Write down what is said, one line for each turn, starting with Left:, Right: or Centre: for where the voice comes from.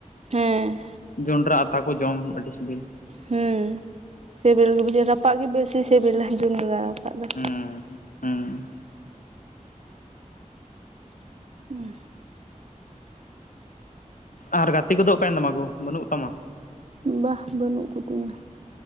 Right: ᱦᱮᱸ
Left: ᱡᱚᱸᱰᱽᱨᱟ ᱟᱛᱟ ᱠᱚ ᱡᱚᱢ ᱟᱹᱰᱤ ᱥᱤᱵᱤᱞ
Right: ᱦᱩᱸ ᱥᱤᱵᱤᱞ ᱜᱮ ᱵᱩᱡᱷᱟᱹᱜ ᱨᱟᱯᱟᱜ ᱜᱮ ᱵᱮᱥᱤ ᱥᱤᱵᱤᱞᱟ ᱡᱚᱱᱰᱽᱨᱟ ᱨᱟᱯᱟᱜ ᱫᱚ
Left: ᱦᱮᱸ ᱦᱩᱸ
Right: ᱦᱩᱸ
Left: ᱟᱨ ᱜᱟᱛᱤ ᱠᱚᱫᱚ ᱚᱠᱟᱭᱮᱱ ᱛᱟᱢᱟ ᱠᱚ ᱵᱟᱹᱱᱩᱜ ᱠᱚᱛᱟᱢᱟ
Right: ᱵᱟ ᱵᱟᱹᱱᱩᱜ ᱠᱚᱛᱤᱧᱟᱹ